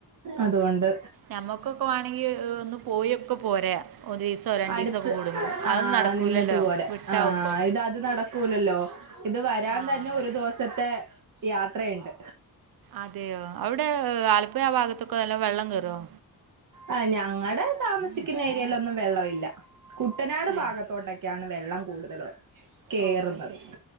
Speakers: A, on the right (about 60°); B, on the right (about 75°).
A: അതുകൊണ്ട്
B: ഞമ്മക്കൊക്കെ വേണെങ്കി ഒന്ന് പോയൊക്കെ പോരെ ഒരു ദിവസോ രണ്ടു
A: അടുത്
B: ദിവസോ ഒക്കെ കൂടുമ്പോ
A: ആഹ്
B: അത് നടക്കൂലല്ലോ
A: നിന്നിട്ട് പോരാ
B: വിട്ടാവുമ്പോ
A: ആഹ് ഇത് അത് നടക്കൂലല്ലോ ഇത് വരാൻ
B: ആഹ്
A: തന്നെ ഒരു ദിവസത്തെ യാത്രയണ്ട്
B: അതെയോ അവിടെ ആലപ്പുഴ ഭാഗത്തൊക്കെ നല്ല വെള്ളം കേറുവോ
A: ആഹ് ഞങ്ങടെ താമസിക്കുന്ന ഏരിയിലൊന്നും വെള്ളമില്ല കുട്ടനാട് ഭാഗത്തോട്ടൊക്കെയാണ്
B: ഏ
A: വെള്ളം കൂടുതല് കേറുന്നത്
B: ഓ അത് ശരി